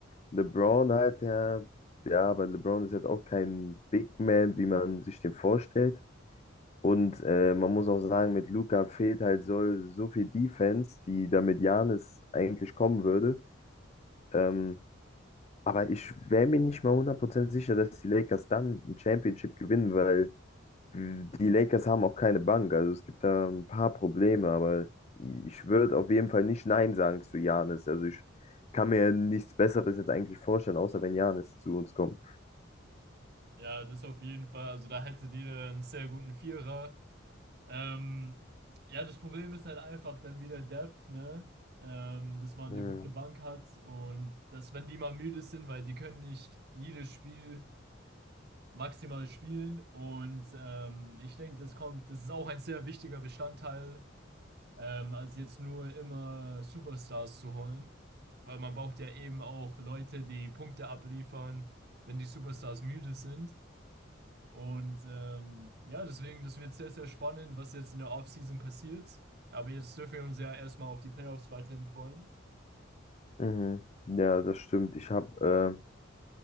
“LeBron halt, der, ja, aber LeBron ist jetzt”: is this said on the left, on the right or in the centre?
Left